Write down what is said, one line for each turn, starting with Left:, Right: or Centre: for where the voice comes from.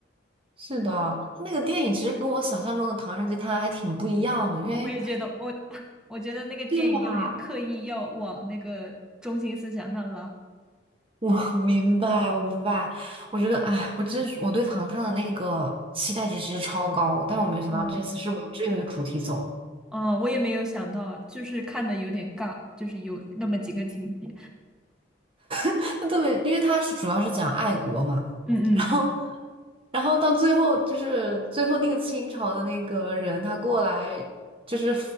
Right: 是的，他那个电影其实跟我想象中的《唐人街探案》还挺不一样的，因为
Centre: 我也觉得我 <laughs> 我觉得那个电影有点刻意要往那个中心思想上拉，
Right: 对吧？我 <laughs> 明白，我明白。我觉得，哎，我真是我对糖糖的那个期待值其实超高，但是我没有想到这次是往这个主题走。
Centre: 嗯，哦，我也没有想到，就是看的有点尬，就是有那么几个情节，
Right: <laughs> 特别，因为它是主要是讲爱国嘛，
Centre: 嗯嗯，
Right: 然后，然后到最后就是最后那个清朝的那个人他过来就是